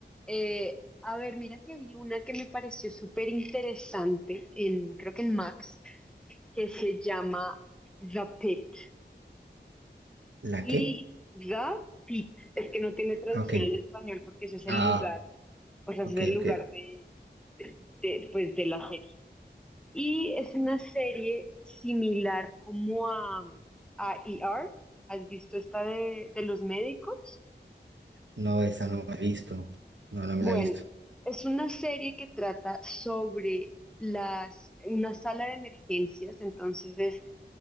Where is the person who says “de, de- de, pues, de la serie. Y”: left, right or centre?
Centre